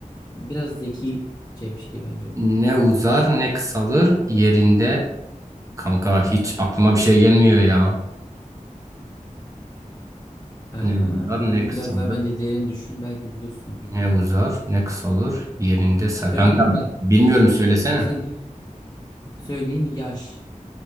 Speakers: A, on the left; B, on the right.
A: Biraz zekice bir şey bence bu.
B: Ne uzar ne kısalır yerinde. Kanka hiç aklıma bir şey gelmiyor ya.
A: Ee,
B: Ne uzar
A: kanka
B: ne kısalır.
A: biraz daha bence derin düşün belki bulursun.
B: Ne uzar ne kısalır yerinde. sa-
A: Söyleyeyim
B: Kanka
A: mi?
B: bilmiyorum söylesene.
A: Pes ediyor. Söyleyeyim mi? yaş.